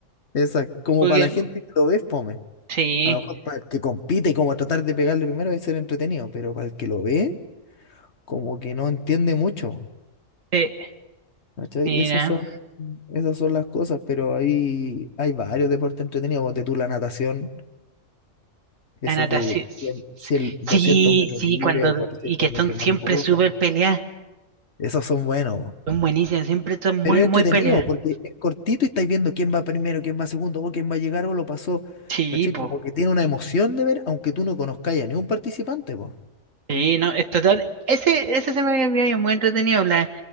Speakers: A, on the left; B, on the right.
A: Esa, como
B: Porque,
A: para la gente que lo ve, es fome.
B: sí,
A: A lo mejor para el que compite y como tratar de pegarle primero es ser entretenido, pero para el que lo ve, como que no entiende mucho.
B: eh,
A: ¿Cachai?
B: mira,
A: Esas son, esas son las cosas, pero hay, hay varios deportes entretenidos, ponte tú la natación, esos
B: la natación.
A: de 100, 100, 200
B: Sí,
A: metros
B: sí,
A: libres
B: cuando.
A: o 400
B: Y que están
A: metros
B: siempre
A: mariposa,
B: súper peleadas.
A: esos son buenos. bo.
B: Son buenísimas, siempre están
A: Pero
B: muy,
A: es
B: muy
A: entretenido
B: peleadas.
A: porque es cortito y estáis viendo quién va primero, quién va segundo, o quién va a llegar o lo pasó.
B: Sí,
A: ¿Cachai?
B: po.
A: Como que tiene una emoción de ver, aunque tú no conozcáis a ningún participante, pues.
B: Sí, no, es total. Ese, ese se me había olvidado, y es muy entretenido. la-